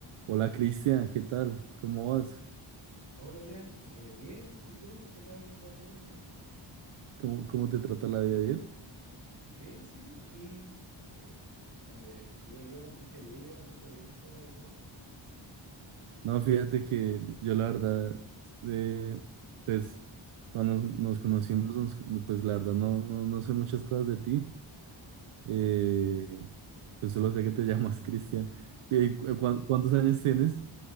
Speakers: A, on the right (about 80°); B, on the right (about 60°).
A: Hola Cristian, ¿qué tal? ¿Cómo vas?
B: Hola Jan, Eh, bien, ¿y tú? ¿Qué tal va todo allá?
A: ¿Cómo, cómo te trata la vida bien?
B: Bien, sí, aquí eh, es donde vivo yo, mucha lluvia, mucho viento, la verdad.
A: No, fíjate que yo, yo la verdad, eh, pues cuando nos, nos conocimos, nos- no, pues la verdad no, no, no sé muchas cosas de ti. Eh, pues solo sé que te <laughs> llamas Cristian. Eh, cu- cu- ¿Cuántos años tienes?